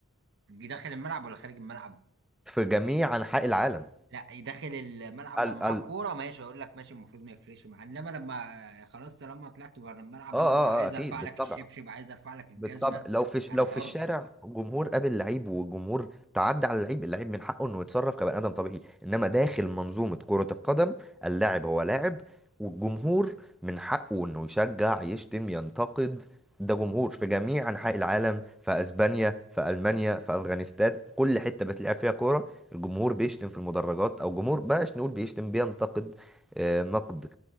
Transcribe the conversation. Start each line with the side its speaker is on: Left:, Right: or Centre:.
Right: داخل الملعب ولا خارج الملعب
Centre: في جميع أنحاء العالم
Right: لا يدخل الملعب
Centre: ال
Right: وهو معاه
Centre: ال
Right: الكورة
Centre: آه
Right: ماشي اقول لك ماشي المفروض ما يفرقش معاه انما لما آه، خلاص طالما طلعت بره الملعب
Centre: آه
Right: انا بقى عايز
Centre: آه أكيد
Right: ارفع
Centre: بالطبع
Right: لك الشبشب عايز ارفع لك الجزمة
Centre: بالطبع لو في
Right: انا
Centre: لو
Right: حر
Centre: في الشارع جمهور قابل لعيب والجمهور تعدى على اللعيب اللعيب من حقه انه يتصرف كبني ادم طبيعي انما داخل منظومه كره القدم اللاعب هو لاعب والجمهور من حقه انه يشجع يشتم ينتقد ده جمهور في جميع انحاء العالم في اسبانيا في المانيا في افغانستان كل حته بتلعب فيها كوره الجمهور بيشتم في المدرجات او جمهور بلاش نقول بيشتم بينتقد آه، نقد